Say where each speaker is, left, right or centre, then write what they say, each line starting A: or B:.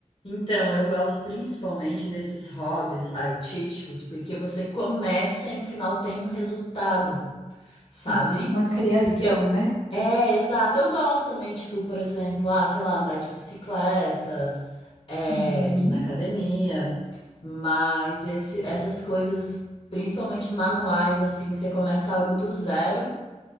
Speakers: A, on the left; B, on the left.
A: Então, eu gosto principalmente desses hobbies artísticos, porque você começa e no final tem um resultado, sabe?
B: Sim, uma criação,
A: Porque
B: né?
A: é, exato, eu gosto também, tipo, por exemplo, ah, sei lá, andar de bicicleta, é,
B: Uhum,
A: ir na academia, mas esse, essas coisas, principalmente manuais, assim, que você começa algo do zero.